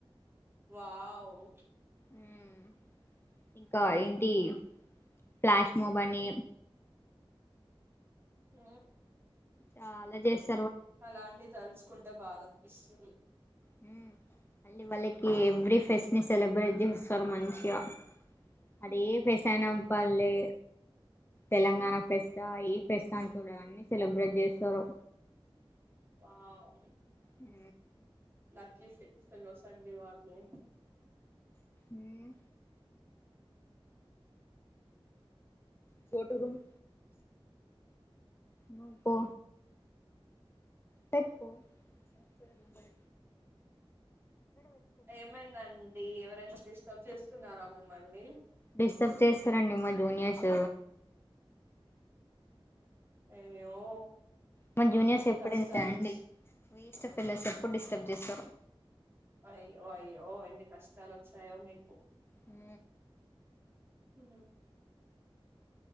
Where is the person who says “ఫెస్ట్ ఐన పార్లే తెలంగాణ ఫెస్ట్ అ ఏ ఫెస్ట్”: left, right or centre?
Left